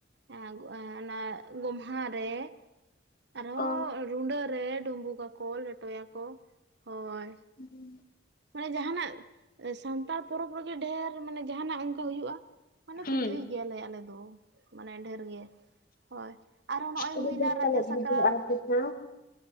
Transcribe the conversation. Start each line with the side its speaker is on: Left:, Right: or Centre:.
Right: ᱮᱸᱜ ᱮᱸ ᱚᱱᱟ ᱜᱚᱢᱦᱟ ᱨᱮ᱾ ᱟᱨᱦᱚᱸ
Left: ᱚ
Right: ᱨᱩᱸᱰᱟᱹ ᱨᱮ ᱰᱩᱵᱩᱜᱟᱠᱚ ᱞᱮᱴᱚᱭᱟᱠᱚ ᱦᱚᱭ᱾
Left: <inaudible>
Right: ᱢᱟᱱᱮ ᱡᱟᱦᱟᱱᱟᱜ ᱮ ᱥᱟᱱᱛᱟᱲ ᱯᱚᱨᱚᱵᱽ ᱨᱮᱜᱮ ᱰᱷᱮᱨ ᱢᱟᱱᱮ ᱡᱟᱦᱟᱱᱟᱜ ᱚᱝᱠᱟ ᱦᱩᱭᱩᱜ-ᱟ᱾ ᱢᱟᱱᱮ
Left: ᱦᱩᱸ
Right: ᱯᱤᱴᱷᱟᱹᱭ ᱜᱮᱭᱟᱞᱮ ᱟᱞᱮ ᱫᱚ, ᱢᱟᱱᱮ ᱰᱷᱮᱨ ᱜᱮ᱾ ᱦᱚᱭ ᱟᱨᱦᱚᱸ ᱱᱚᱜ-ᱚᱭ
Left: ᱟᱹᱰᱤ
Right: ᱦᱩᱭᱱᱟ
Left: ᱵᱮᱥ
Right: ᱨᱟᱡᱟ
Left: ᱯᱟᱞᱮᱫ
Right: ᱥᱟᱠᱨᱟᱛ᱾
Left: ᱵᱩᱡᱷᱟᱹᱜᱼᱟ ᱯᱤᱴᱷᱟᱹ